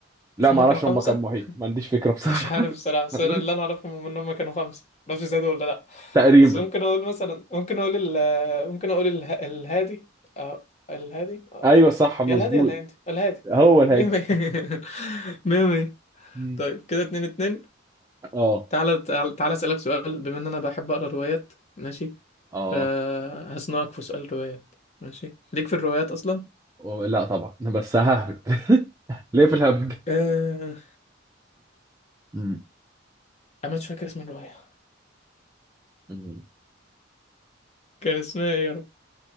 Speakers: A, on the right; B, on the left.
A: لا
B: مش
A: ما
B: هم
A: اعرفش
B: كانوا خمسة
A: هم كام محيط ما عنديش فكرة بصراحة
B: مش عارف الصراحة بس
A: <laughs>
B: أنا اللي أنا أعرفهم إن هما كانوا خمسة معرفش زادوا ولا لأ
A: تقريبا
B: بس ممكن أقول مثلا ممكن أقول ال ممكن أقول اله... الهادي أه الهادي أه.
A: ايوه صح مظبوط
B: يا الهادي يا الهادي الهادي
A: هو الهادي
B: مية مية <laughs> مية مية
A: مم.
B: طيب كده اتنين اتنين
A: اه
B: تعالى تعالى تعالى أسألك سؤال بما إن أنا بحب أقرأ روايات ماشي
A: اه
B: فهزنقك في سؤال روايات ماشي ليك في الروايات أصلا؟
A: أو- لا طبعا بس ههبد <laughs> ليه في الهبد
B: أه...
A: مم.
B: أنا مش فاكر اسم الرواية
A: مم.
B: كان اسمها إيه يا رب؟